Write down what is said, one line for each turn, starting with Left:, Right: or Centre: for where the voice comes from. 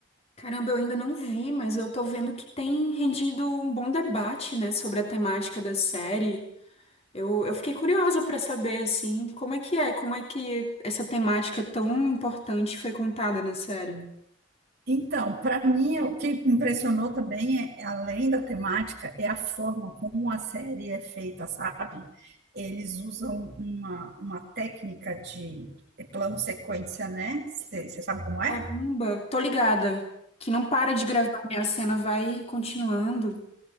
Left: Caramba, eu ainda não vi, mas eu tô vendo que tem rendido um bom debate, né, sobre a temática da série. Eu, eu fiquei curiosa pra saber, assim, como é que é, como é que essa temática tão importante foi contada na série.
Right: Então, para mim, o que impressionou também, é, além da temática, é a forma como a série é feita, sabe? Eles usam uma, uma técnica de plano-sequência, né? Você sabe como é?
Left: Caramba, tô ligada, que não para de gravar, né? A cena vai continuando.